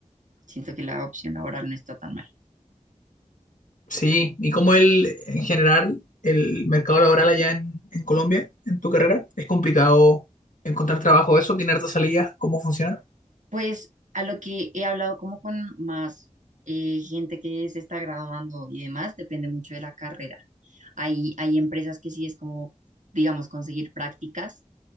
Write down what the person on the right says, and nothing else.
siento que la opción laboral no está tan mal.
Pues a lo que he hablado como con más eh, gente que se está graduando y demás, depende mucho de la carrera. Hay, hay empresas que sí es como, digamos, conseguir prácticas,